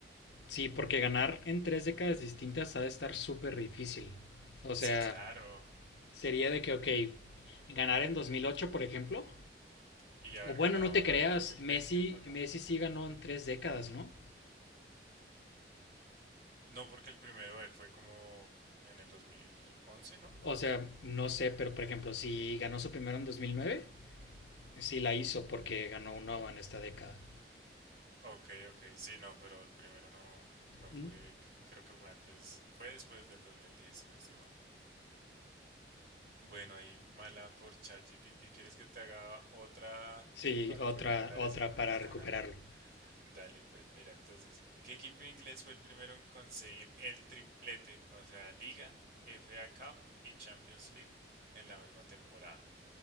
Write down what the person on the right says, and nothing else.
Sí, claro.
y haber
ganado
uno
del 2020
para
acá.
No, porque el primero de él fue como en el 2011, ¿no?
Ok, ok, sí, no, pero el primero no, no
fue, c- creo que fue antes, fue después del 2010, si no estoy mal. Bueno, ahí mala por ChatGPT. ¿Quieres que te haga otra
para
recuperar
ese? <laughs>
Dale, pues mira, entonces, ¿qué equipo inglés fue el primero en conseguir el triplete, o sea, Liga, FA Cup y Champions League en la misma temporada?